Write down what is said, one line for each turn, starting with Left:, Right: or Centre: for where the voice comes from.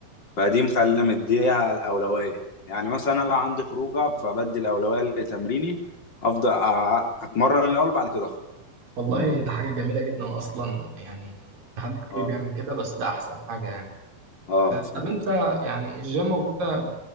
Left: فدي مخلينا مديها الأولوية يعني مثلا أنا لو عندي خروجة فبدي الأولوية لتمريني أفضل أ- أتمرن الأول بعد كده أخرج
Right: والله ده حاجه جميله جدا اصلا يعني في حد كتير
Left: أه
Right: بيعمل كده بس ده احسن حاجه يعني
Left: أه فهمت
Right: طب انت يعني الجيم وكده